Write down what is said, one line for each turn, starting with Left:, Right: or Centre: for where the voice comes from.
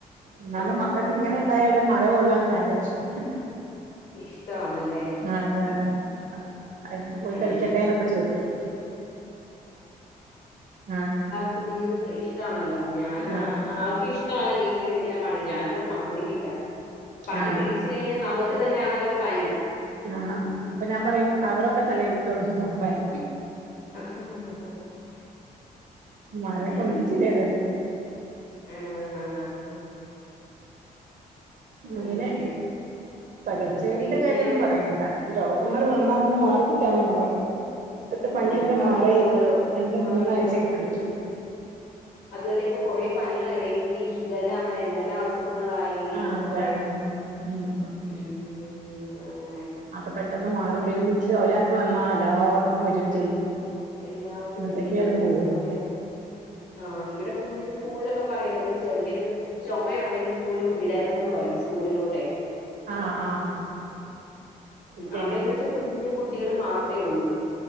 Right: ഇന്നാലും
Left: ആഹ്
Right: മക്കൾക്ക്
Left: ആഹ് ആഹ്
Right: ഇങ്ങനെ
Left: ആഹ്
Right: ഇണ്ടായാലും മഴ കൊള്ളാൻ ഭയ്ങ്കര ഇഷ്ടാണ്
Left: ഇഷ്ടവാണല്ലെ
Right: ആഹ് അതണ് അതില്‌ പോയി കളിക്കട്ടേന്നൊക്കെ
Left: അത് ശരി
Right: ചോദിക്കും ആഹ്
Left: കുഞ്ഞുങ്ങക്ക് ഇഷ്ട്ടാണല്ലോ ഞാനാ
Right: ആഹ്
Left: ആ ആൾക്കും ഇഷ്ടിണ് വീട്ടിലിവിടെ ഇങ്ങനെ മഴ ഞ പ സമ്മതിക്കില്ല പനി
Right: ആഹ്
Left: പിടിച്ച് കഴിഞ്ഞാ നമ്മക്ക് തന്നാണല്ലോ പണി
Right: ആഹ് ആഹ് അപ്പൊ ഞാൻ പറയും കവറൊക്കെ തലേലുട്ടൊണ്ട് പോകാൻ
Left: ആഹ്
Right: മഴ കൊള്ളും
Left: അത് ശരി
Right: ചെയ്യാലോ
Left: ആഹ് ഹ ഹ ഹ
Right: അങ്ങനെ
Left: അത് ശരി
Right: പകർച്ച
Left: ഉം
Right: വ്യാധീടെ
Left: പിന്നെ
Right: കാര്യൊന്നും പറയണ്ട രോഗങ്ങള് വന്നാ പിന്നെ മാറിക്കിട്ടാനാണ് പണി.. ഇപ്പത്തെ പന്യക്കെ
Left: ആഹ് ഇപ്പൊ
Right: മാറി
Left: അതുവല്ല ഓരോ
Right: രണ്ടു
Left: മാറി
Right: മൂന്ന് ആഴ്ചെക്കെ പിടിക്കും
Left: അതുഅല്ല ഇപ്പൊ കാെറെ പനികളാ ഡെങ്കി ഷിഗല്ല അങ്ങനെ എന്തെല്ലാം അസുഖങ്ങളായി
Right: ആഹ്
Left: ഇപ്പൊ
Right: അതെ
Left: കൊറേ
Right: ആഹ് ഉം
Left: ഉം അങ്ങനെ
Right: അത് പെട്ടെന്ന് മാറുല്ലല് ഒരു വീട്ടില് ഒരാക്ക് വന്നാ എല്ലാർക്കും വരും ചെയ്യും
Left: എല്ലാവർക്കും
Right: എന്നിട്ടൊക്കെ
Left: വരികയും
Right: അത്
Left: ചെയ്യും
Right: പോവും
Left: ആതെ
Right: <inaudible>
Left: ആഹ് ഇവിടെ കുഞ്ഞിന് സ്കൂൾലൊക്കെ പറയ്യില്ലെ ഇതേപോലെ ചെറിയൊരു ചൊമയുണ്ടെങ്കി പോലും വിടരുതെന്ന് പറയും സ്കൂളിലോ ട്ടെ
Right: ആഹ് ആഹ് ആഹ് ശരി
Left: അവടെന്ന് വെച്ച കുഞ്ഞ് ഞ്കുട്ടികള് മാത്രേ ഒള്ളൂ